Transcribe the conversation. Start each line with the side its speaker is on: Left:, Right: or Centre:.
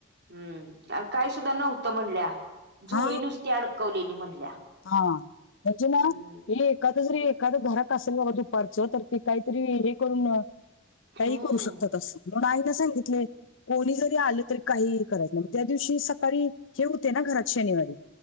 Right: हम्म आणि काय सुद्धा नव्हतं म्हणल्या झोळी
Left: हा
Right: नुसती अडकवलेली म्हणल्या
Left: -हा म्हचला
Right: हम्म
Left: हे का एखादं जरी एखादं घरात असेल बाबा दुपारचं, तर ते काहीतरी हे करून, काही
Right: हम्म
Left: करू शकतात अस म्हणून आई ना सांगितले कोणी जरी आलं तरी काही करायचं मग त्या दिवशी सकाळी हे होते ना घरात शनिवारी